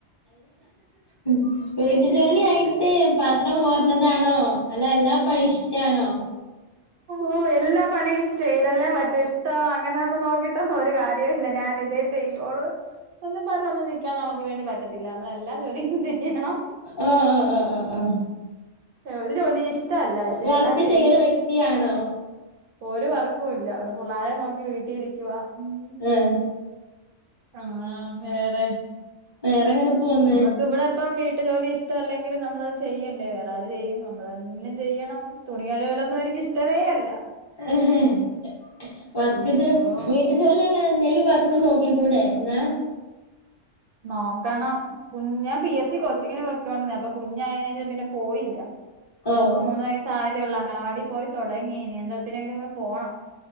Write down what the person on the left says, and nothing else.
ഉം വീട്ടു ജോലി ആയിട്ട് പാത്രം മോർണതാണോ അല്ല എല്ലാം പണി ഇഷ്ടാണോ
ആഹ് ആഹ് ആഹ് ആഹ് ആഹ്
വർക്ക്
ചെയ്യണ വ്യക്തിയാണോ
ഏഹ്
വേറെങ്ങനെ പോന്ന്
<unintelligible> വർക്ക്
ജ് വിട്ടു ജോലിഎല്ലാന്തേ എന്തേലുംവർക്ക് നോക്കി കൂടെ ന്നാ
ഓഹ്